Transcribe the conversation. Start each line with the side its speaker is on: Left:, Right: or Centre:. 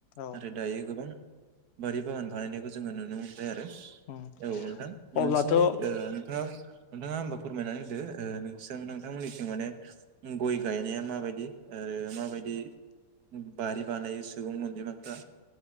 Left: औ
Right: नाथाय दायो गोबां बारि बागान बानायनायखौ जोङो नुनो मो बाय आरो।
Left: उम
Right: औ नोंथां
Left: अब्लाथ'
Right: नोंसोर ओ नोंथाङा नोंथाङा होमबा फोरमायनानै होदो ओ नोंसों नोंथांमोननिथिं माने ओ गय गायनाया माबायदि ओ माबायदि बारि बानायो सुबुं अनजिमाफ्रा